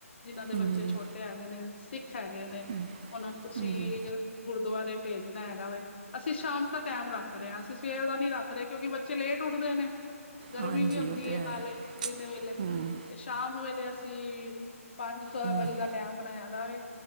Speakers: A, on the left; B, on the right.
A: ਜਿਨਾਂ ਦੇ
B: ਹਾਂਜੀ
A: ਬੱਚੇ ਛੋਟੇ ਹੈਗੇ ਨੇ ਸਿੱਖ ਹੈਗੇ ਨੇ
B: ਹਮ,
A: ਉਹਨਾਂ ਨੂੰ ਤੁਸੀਂ
B: ਹਾਂਜੀ
A: ਗੁਰਦੁਆਰੇ ਭੇਜਣਾ ਹੈਗਾ ਵੈ। ਅਸੀਂ ਸ਼ਾਮ ਦਾ ਟਾਈਮ ਰੱਖ ਰੇ ਆ ਅਸੀਂ ਸਵੇਰ ਦਾ ਨੀ ਰੱਖ ਰੇ ਕਿਉਂਕਿ ਬੱਚੇ ਲੇਟ ਉੱਠਦੇ ਨੇ। ਗਰਮੀ
B: ਹਾਂਜੀ
A: ਵੀ ਹੁੰਦੀ
B: ਉਹ ਤੇ
A: ਐ
B: ਹੈ
A: ਨਾਲੇ ਦਿਨ ਵੇਲੇ
B: ਹਮ,
A: ਤੇ। ਸ਼ਾਮ ਵੇਲੇ ਅਸੀਂ ਪੰਜ ਚਾਰ
B: ਹਮ,
A: ਵਜੇ ਦਾ ਟੈਮ ਬਣਾਇਆ ਦਾ ਵੇ।